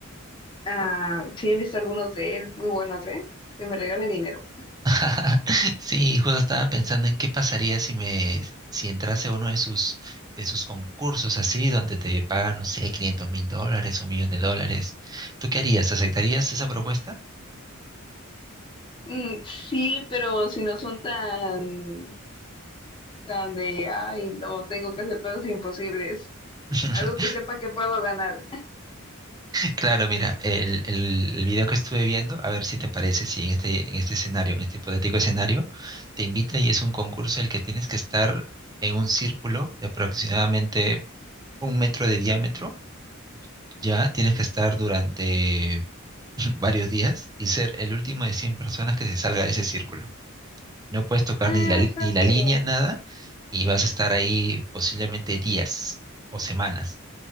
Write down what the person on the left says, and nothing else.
Ah, sí, he visto algunos de él, muy buenos, ¿eh? Que me regale dinero.
Mm, sí, pero si no son tan, tan de, ay, no, tengo que hacer cosas imposibles.
Algo que sepa que puedo ganar.
Ah,
frase.